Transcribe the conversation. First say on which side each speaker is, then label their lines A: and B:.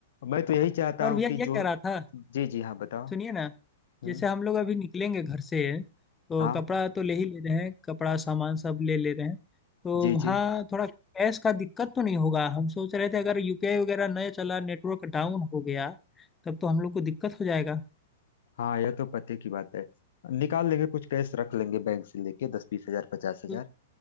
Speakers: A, on the left (about 60°); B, on the left (about 15°).
A: मैं तो यही चाहता
B: और
A: हूँ
B: भैया
A: कि
B: ये कह
A: जो
B: रहा था
A: जी जी हाँ बताओ
B: सुनिए ना
A: हम्म
B: जैसे हम लोग अभी निकलेंगे घर से तो
A: हाँ
B: कपड़ा तो ले ही ले रहे हैं कपड़ा सामान सब ले ले रहे हैं तो
A: जी
B: वहाँ
A: जी
B: थोड़ा कैश का दिक्कत तो नहीं होगा हम सोच रहे थे अगर यूपीआई वगैरह नहीं चला नेटवर्क डाउन हो गया तब तो हम लोग को दिक्कत हो जाएगा
A: हाँ यह तो पते की बात है निकाल लेंगे कुछ कैश रख लेंगे बैंक से लेके दस बीस हजार पचास हजार
B: तो,